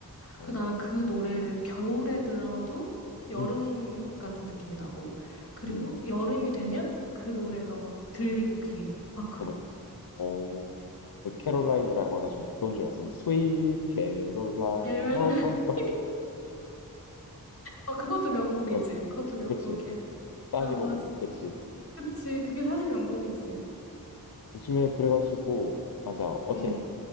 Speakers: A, on the left; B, on the left.
A: 어,
B: 그 나는 그 노래를 겨울에 들어도 여름
A: 음,
B: 같은 느낌이 나고 그리고
A: 음.
B: 여름이 되면 그 노래가 막 들리고 귀에 막 그래.
A: 나 막, 어, 그 캐롤라인이라고 해가지고 나 그건 줄 알았어. 뭐, 스윗 캐롤라인,
B: <laughs>
A: 어, 어,
B: 어 그것도 명곡이지.
A: 어, 어.
B: 그것도 명곡이야.
A: 그치. 따지고
B: 어 맞아.
A: 보면, 그치.
B: 그치, 그게 사실 명곡이지.
A: 음. 요즘에 그래가지고, 맞아. 어제
B: 음.